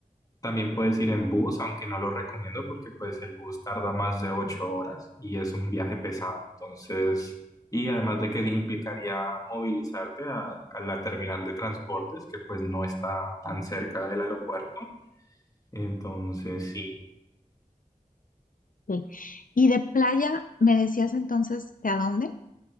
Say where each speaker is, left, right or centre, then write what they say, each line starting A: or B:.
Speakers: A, on the left (about 25°); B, on the left (about 70°).
A: También puedes ir en bus, aunque no lo recomiendo porque pues el bus tarda más de ocho horas y es un viaje pesado. Entonces, y además de que implicaría movilizarte a, a la terminal de transportes, que pues no está tan cerca del aeropuerto. Entonces, sí.
B: Sí. Y de playa, me decías entonces que a dónde,